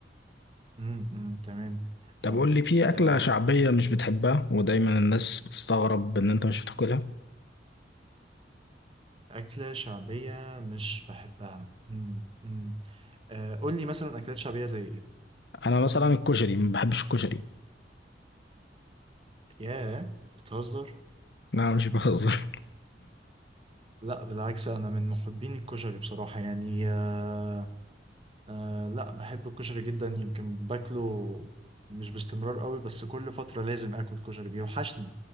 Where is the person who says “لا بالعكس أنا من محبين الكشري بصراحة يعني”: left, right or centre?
Right